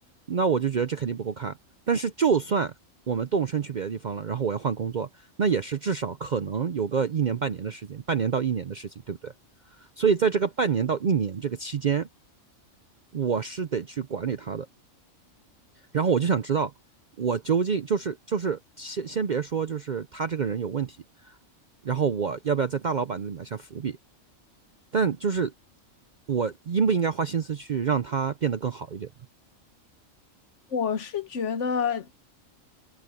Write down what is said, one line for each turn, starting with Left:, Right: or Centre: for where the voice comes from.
Right: 那我就觉得这肯定不够看。但是，就算我们动身去别的地方了，然后我要换工作，那也是至少可能有个一年半年的事情，半年到一年的事情，对不对？所以，在这个半年到一年这个期间，我是得去管理他的。然后，我就想知道，我究竟就是就是先先别说，就是他这个人有问题，然后我要不要在大老板那里埋下伏笔？但就是我应不应该花心思去让他变得更好一点呢？
Left: 我是觉得，